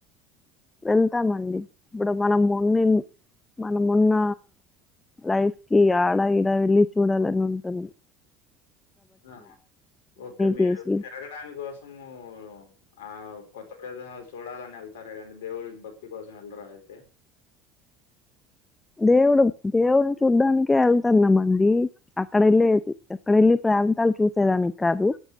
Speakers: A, on the left; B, on the left.
A: వెళ్తామండి ఇప్పుడు మనం ఉన్నిన్ మనం ఉన్న లైఫ్‌కి అడఇడా వెళ్లి చూడాలని ఉంటది
B: ఆ ఓకే మీరు
A: చేసి
B: తిరగడానికోసము ఆ కొత్త ప్రదేశాలు చూడాలని ఎళ్తారే కానీ దేవుడికి భక్తి కోసం వెళ్లారా అయితే
A: దేవుడు దేవుడిని చూడ్డానికే ఎళ్తాన్నామండి అక్కడ ఎళ్ళేసి అక్కడెళ్ళి ప్రాంతాలు చూసేదానికి కాదు